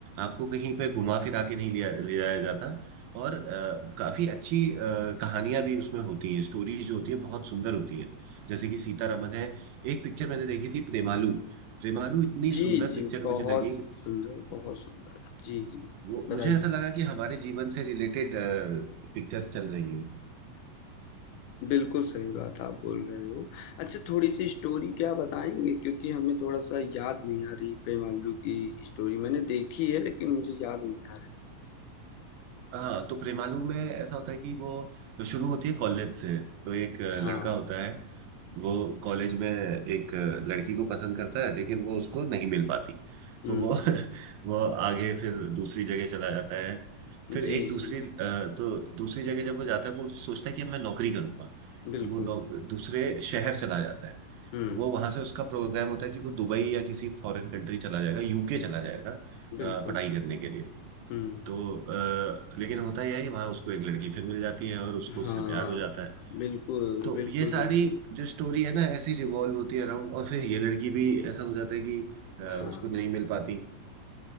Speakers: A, on the right (about 85°); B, on the left (about 75°).
A: आपको कहीं पे घुमा फिरा के नहीं लिया ले जाया जाता और अ, काफी अच्छी अ, कहानियां भी उसमें होती हैं स्टोरीज जो होती है बहुत सुंदर होती है जैसे कि सीतारमन है एक पिक्चर मैंने देखी थी प्रेमालू प्रेमालू इतनी
B: जी,
A: सुंदर
B: जी,
A: पिक्चर
B: बहुत
A: मुझे लगी
B: सुंदर, बहुत सुंदर। जी, जी,
A: वो
B: बताइए।
A: मुझे ऐसा लगा कि हमारे जीवन से रिलेटेड पिक्चर चल रही है
B: बिल्कुल सही बात आप बोल रहे हो। अच्छा थोड़ी-सी स्टोरी क्या बताएँगे? क्योंकि हमें थोड़ा-सा याद नहीं आ रही प्रेम आलू की स्टोरी। मैंने देखी है लेकिन मुझे याद नहीं आ रही।
A: हाँ तो प्रेमालू में ऐसा होता है कि वो शुरू होती है कॉलेज से तो एक अ, लड़का
B: हाँ,
A: होता है वो कॉलेज में एक अ, लड़की को पसंद करता है लेकिन वो उसको नहीं मिल पाती
B: हुँ।
A: तो वो <laughs> वो आगे फिर दूसरी जगह चला जाता है फिर
B: जी,
A: एक दूसरी
B: जी,
A: अ, तो दूसरी जगह जब वो जाता है वो सोचता है कि अब मैं नौकरी करूंगा
B: बिल्कुल।
A: तो वो नौ- दूसरे शहर चला जाता है
B: हुँ,
A: वो वहां से उसका प्रोग्राम होता है कि वो दुबई या किसी फॉरेन कंट्री चला जाएगा यूके चला जाएगा अ,
B: बिल्कुल।
A: पढ़ाई करने के लिए
B: हुँ।
A: तो आ, लेकिन होता यह है कि वहां उसको एक लड़की फिर मिल जाती है और उसको
B: हाँ,
A: उससे प्यार हो जाता है
B: बिल्कुल,
A: तो
B: बिल्कुल,
A: ये सारी
B: बिल्कुल।
A: जो स्टोरी है ना ऐसी रिवॉल्व होती है अराउंड और फिर ये लड़की भी ऐसा हो जाता है कि अ,
B: हाँ,
A: उसको नहीं मिल पाती